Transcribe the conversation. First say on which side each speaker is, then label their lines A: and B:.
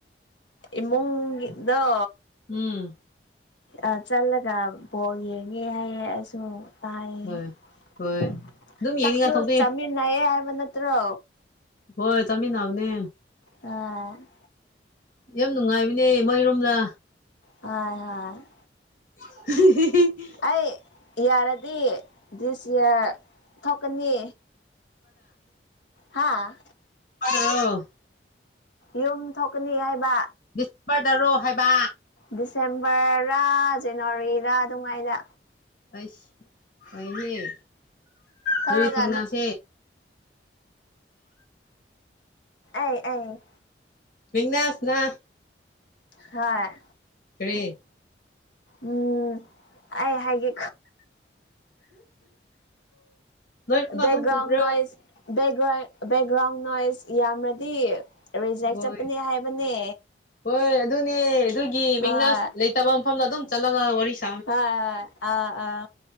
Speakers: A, on the left; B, on the left.
A: ꯏꯃꯨꯡ ꯒꯤ ꯗꯣ
B: ꯎꯝ
A: ꯑ ꯆꯠꯂꯒ ꯕꯣꯜ ꯌꯦꯡꯉꯦ ꯍꯥꯏꯌꯦ ꯑꯩꯁꯨ ꯇ꯭ꯌꯦ
B: ꯍꯣꯏ ꯍꯣꯏ ꯑꯗꯨꯝ ꯌꯦꯡꯅꯤꯡꯉꯥꯏ
A: ꯆꯥꯛꯁꯨ
B: ꯊꯣꯛꯄꯤ
A: ꯆꯃꯤꯅꯥꯌꯦ ꯍꯥꯏꯕ ꯅꯠꯇ꯭ꯔꯣ
B: ꯍꯣꯏ ꯆꯃꯤ ꯅꯅꯥꯎꯅꯦ
A: ꯎꯝ
B: ꯌꯥꯝ ꯅꯨꯡꯉꯥꯏꯕꯅꯦ ꯃꯣꯏꯔꯣꯝꯗ
A: ꯍꯣꯏ ꯍꯣꯏ
B: <unintelligible>
A: ꯑꯩ ꯌꯥꯔꯗꯤ ꯗꯤꯁ ꯊꯣꯛꯀꯅꯤ ꯍꯥ
B: ꯑ
A: ꯌꯨꯝ ꯊꯣꯛꯀꯅꯤ ꯍꯥꯏꯕ
B: ꯗꯤꯁꯦꯝꯕꯔꯗꯔꯣ ꯍꯥꯏꯕ
A: ꯗꯤꯁꯦꯝꯕꯔꯔ ꯖꯅꯋꯥꯔꯤꯔꯥ ꯑꯗꯨꯝꯉꯥꯏꯅ
B: ꯑꯩꯁ ꯑꯩꯍꯦ
A: ꯊꯧꯔꯒ
B: ꯅꯣꯏ ꯊꯦꯡꯅꯁꯦ
A: ꯑꯦ ꯑ
B: ꯃꯦꯛꯅꯥꯁꯅ
A: ꯍ
B: ꯀ꯭ꯔꯤ
A: ꯎꯝ ꯑꯩ ꯍꯥꯏꯒꯦ
B: ꯅꯣꯏꯔꯣꯝꯗ
A: ꯕꯛꯒ꯭ꯔꯥꯎꯟ
B: ꯅꯣꯡ ꯆꯨꯕ꯭ꯔꯥ
A: ꯅꯣꯏꯁ ꯒ꯭ꯔꯥꯎ ꯕꯦꯛꯒ꯭ꯔꯥꯎꯟ ꯅꯣꯏꯁ ꯏ ꯌꯃꯗꯤ ꯔꯤꯖꯦꯛ
B: ꯍꯣꯏ
A: ꯆꯠꯄꯅꯦ ꯍꯥꯏꯕꯅꯦ
B: ꯍꯣꯏ ꯑꯗꯨꯅꯦ ꯑꯗꯨꯒꯤ
A: ꯍꯣꯏ
B: ꯃꯤꯅꯥ ꯂꯩꯇꯕ ꯃꯐꯝꯗ ꯑꯗꯨꯝ ꯆꯠꯂꯒ ꯋꯥꯔꯤ ꯁ
A: ꯍꯣꯏ ꯍꯣꯏ ꯑꯥ ꯑꯥ